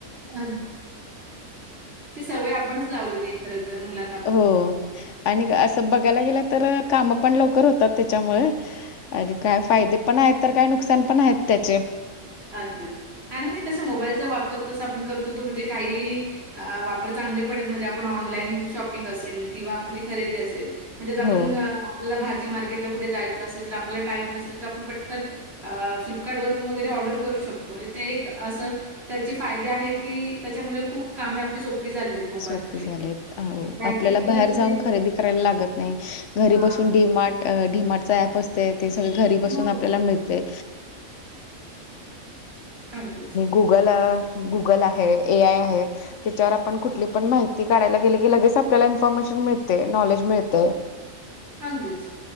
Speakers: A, on the right; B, on the left.
A: अ, ती सवय आपणच लावलेली खर तर मुलांनाऽ
B: हो आणि असं बघायला गेलं तर काम पण लवकर होतात त्याच्यामुळे अर काय फायदे पण आहेत तर काय नुकसान पण आहेत त्याचे
A: अगदीच आणि म्हणजे तस मोबाईलचा वापर तस आपण करतो तो म्हणजे काही अ वापर चांगले पण म्हणजे आपण ऑनलाईन शॉपिंग असेल किंवा आपली खरेदी असेल म्हणजेत
B: हो.
A: आपण आपल्याला भाजी मार्केटला कुठे जायचं असेल तर आपल्याला टाइम नसेल तर आपण पटकन अ फ्लिपकार्ट वून वगैरे ऑर्डर करू शकतो म्हणजे ते एक असं त्याचे फायदे आहेत की त्याच्यामुळे खूप कामे आपली सोपी झाली आहेत मोबाईलमुळे.
B: सोपे झाले
A: बँकेतली
B: आपल्याला बाहेर
A: असू
B: जाऊन
A: दे
B: खरेदी करायला लागत नाही घरी
A: अ,
B: बसून डीमार्ट डीमार्ट ऍप असते ते सगळे घरी
A: हो.
B: बसून आपल्याला मिळत ते
A: अगदीच
B: गुगल गुगल आहे ए आय आहे त्याच्यावर आपण कुठली पण माहिती काढयला गेली की लगेच आपल्याला इन्फॉर्मेशन मिळते नॉलेज मिळते
A: अगदीच